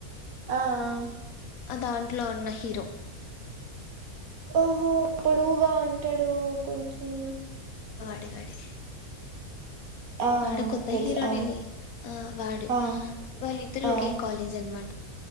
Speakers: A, on the right; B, on the left.
A: ఆ ఆ
B: ఆ దాంట్లో ఉన్న హీరో
A: ఓహో పొడువుగా ఉంటాడు కొంచం
B: డే వాడే
A: ఆ
B: వాడు కొత్త
A: తెలుసు
B: హీరోనేలే
A: ఆ
B: ఆ వాడు
A: ఆ
B: వాళ్ళిద్దరు
A: ఆ
B: ఒకే కాలేజ్ అనమా